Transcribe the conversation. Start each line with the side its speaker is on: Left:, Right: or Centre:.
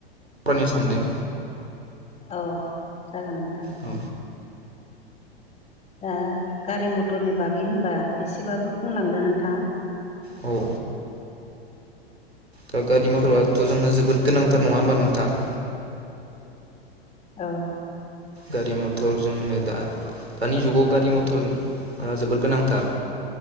Right: रायनो सान्दों
Left: औ जागोन नोंथां
Right: औ
Left: दा गारि मटरनि बागै होनबा एसेबाबो बुंलांदो नोंथाङा
Right: औ दा गारि मथरथ' जोंनो जोबोद गोनांथार नङा होनोमबा नोंथां
Left: औ
Right: गारि मथर जोंनो दा दानि जुगाव गारि मटरा जोबोद गोनांथार